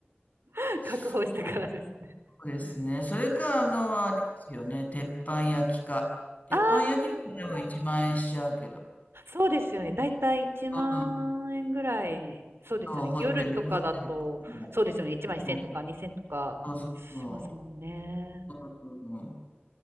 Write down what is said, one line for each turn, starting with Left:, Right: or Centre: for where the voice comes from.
Right: <laughs> 確保してからですね。
Left: そうですね。それか、あの、あれですよね。鉄板焼きか。鉄板焼きでもでも1万円しちゃうけど。
Right: ああ、そうですよね。だいたい1万円ぐらい、
Left: うん、
Right: そうですよね。
Left: そう、ホテル、
Right: 夜とかだと、
Left: ホテルとかも。
Right: そうですよね。1万1千0とか2千0とかしますもんね。
Left: うそうそうそう。うん